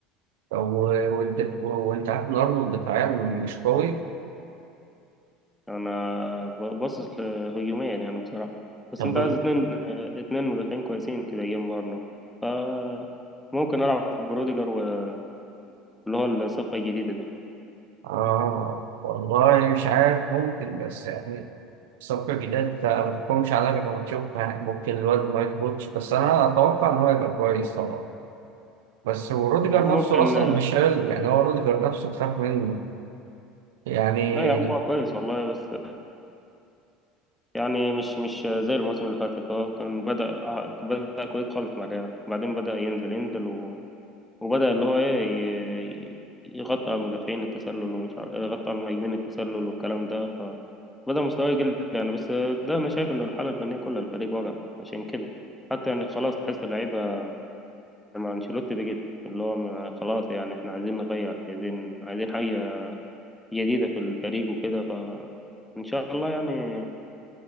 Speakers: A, on the right (about 85°); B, in the centre.
A: و- والدف- وانت عارف ان ارنولد دفاعيا مش قوي
B: أنا ب- باصص لهجوميا يعني بصراحة بس
A: طب
B: أنت عايز اتنين آه، اتنين مدافعين كويسين كده جنب أرنولد ف ممكن ألعب بروديجر واللي هو الصفقة الجديدة دي
A: آه والله مش عارف ممكن بس يعني صفقة جديدة أنت ما تحكمش عليها غير لما تشوفها يعني ممكن الواد ما يظبطش بس أنا أتوقع إن هو يبقى كويس طبعا بس هو روديجر
B: هو
A: نفسه
B: ممكن
A: أصلا مش حلو يعني هو روديجر نفسه بخاف منه يعني
B: لا يا عم هو كويس والله بس يعني مش مش زي الموسم اللي فاتت هو كان بدأ بدأ كويس خالص مع الريال بعدين بدأ ينزل ينزل و... وبدأ اللي هو إيه ي- يغطي على المدافعين التسلل ومش عارف يغطي على المهاجمين التسلل والكلام ده فبدأ مستواه يقل يعني بس ده أنا شايف إن الحالة الفنية كلها الفريق وجع عشان كده حتى يعني خلاص تحس اللعيبة مع أنشيلوتي بقت اللي هو ما- خلاص يعني إحنا عايزين نغير عايزين عايزين حاجة جديدة في الفريق وكده فإن شاء الله يعني